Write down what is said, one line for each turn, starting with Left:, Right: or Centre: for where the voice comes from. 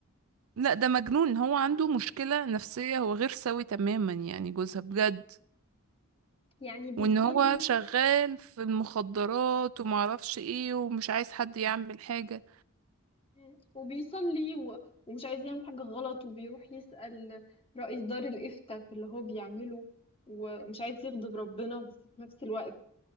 Right: لا ده مجنون هو عنده مشكلة نفسية هو غير سوي تماما يعني جوزها بجد
Left: يعني بيصلي
Right: وان هو شغال في المخدرات ومعرفش ايه ومش عايز حد يعمل حاجة
Left: مم. وبيصلي و... ومش عايز يعمل حاجة غلط وبيروح يسأل رئيس دار الإفتاء في اللي هو بيعمله ومش عايز يغضب ربنا بس في نفس الوقت